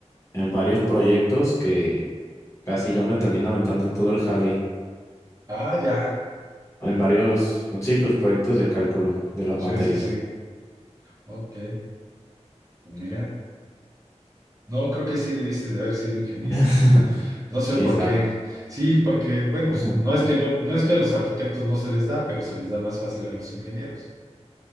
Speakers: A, on the left; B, on the right.
A: en varios proyectos que Casi yo me termino aventando todo el jale
B: Ah, ya.
A: en varios, sí, pues proyectos de cálculo de las
B: Sí,
A: materias.
B: sí, sí. Ok. Mira. No, creo que sí debiste de haber sido ingeniero.
A: <laughs>
B: No sé
A: Quizá.
B: por qué. Sí, porque, bueno,
A: Ajá.
B: s- no es que no, no es que a los arquitectos no se les da, pero se les da más fácil a los ingenieros,